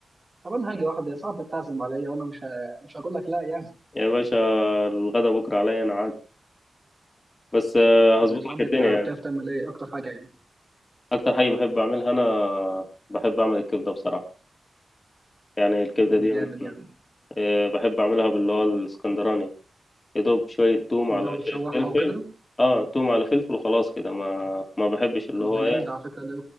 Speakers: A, on the right; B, on the left.
A: طب انا هاجي واحده يا صاحبي تعزم عليا وانا مش ه- مش هقول لك لا يعني
B: يا باشا الغدا بكره عليا انا عازمك بس آه،
A: طب
B: هظبط
A: يا صاحبي
B: لك الدنيا
A: انت بتعرف
B: يعني
A: تعمل ايه اكتر حاجه يعني
B: اكتر حاجه بحب اعملها انا بحب اعمل الكبده بصراحه يعني الكبده
A: طب
B: دي
A: جامد
B: من
A: يعني
B: آه، بحب اعملها باللي هو الاسكندراني يا دوب شويه توم
A: اللي
B: على
A: هو بتشوحها
B: شويه فلفل
A: وكده
B: اه توم على فلفل وخلاص كده ما ما بحبش اللي
A: طب ما
B: هو ايه
A: جامد على فكرة ده